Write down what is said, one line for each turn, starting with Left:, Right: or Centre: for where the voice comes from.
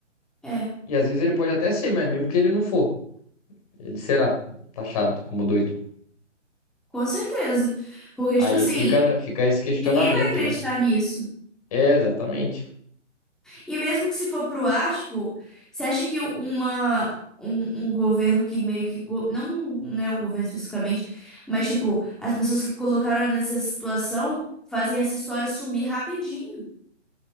Centre: é,
Left: E às vezes ele pode até ser, mas mesmo que ele não for, ele será taxado como doido.
Centre: com certeza. Porque,
Left: Aí
Centre: tipo assim,
Left: fica, fica esse questionamento,
Centre: ninguém vai acreditar
Left: né?
Centre: nisso.
Left: É, exatamente.
Centre: E mesmo que se for pro ar, tipo, você acha que uma. Um, um governo que meio que. go- Não, né, o governo especificamente, mas, tipo, as pessoas que colocaram nessa situação fazem essa história sumir rapidinho.